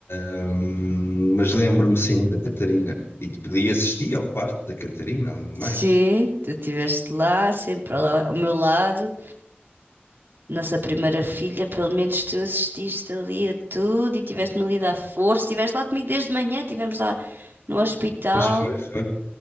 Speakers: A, on the left; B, on the right.
A: Hum, mas lembro-me sim da Catarina. E podia assistir ao parto da Catarina, além de mais.
B: Sim, tu estiveste lá, sempre lá ao meu lado. Nossa primeira filha, pelo menos tu assististe ali a tudo e tiveste-me ali a dar força. Estiveste lá comigo desde manhã, estivemos lá no hospital,
A: Pois foi, foi.